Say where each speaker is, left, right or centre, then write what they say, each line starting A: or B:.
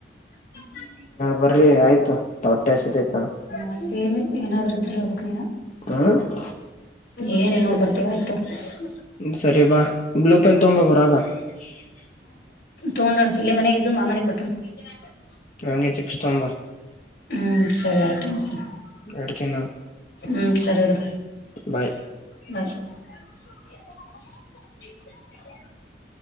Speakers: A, on the left; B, on the left.
A: <unintelligible>
B: ಬರಿ, ಆಯ್ತು, ಹೊಟ್ಟೆ ಹಸಿತೈತೇತಾ. <unintelligible>
A: ಮತ್ತೇನಿಲ್ಲ ಏನಾದ್ರೂ ಇದ್ರೆ ಹೇಳ್ಬೇಕಕ್, ನೀನೇ,
B: ಹ್ಮ್
A: ಏನಿಲ್ಲ ಬರ್ತೀನಿ, ತಾಕೋ? <unintelligible>
B: ಸರಿ, ಬಾ, ಬ್ಲೂ ಪೆನ್ ತೊಗೊಂಡು ಹೋಗೋ, ರಾಗಾ. <unintelligible>
A: ತಗೊಂಡು ಹೋಗು, ಏ, ಮನೇಗಿದ್ದಿದ್ದು ಮಾಮನ, ಕೊಟ್ಟವ್ನೆ. <unintelligible>
B: ಹಂಗೆ ಚಿಪ್ಸ್, ತಗೊಂಡು ಬಾ! <unintelligible>
A: ಹೂ, ಸರಿ ಆಯ್ತು? <unintelligible>
B: ಇಡ್ತೀನಿ ನಾನು
A: ಹೂ, ಸರಿ ಇಡು,
B: ಬಾಯ್
A: ಬಾಯಿ. <unintelligible> <unintelligible> <inaudible>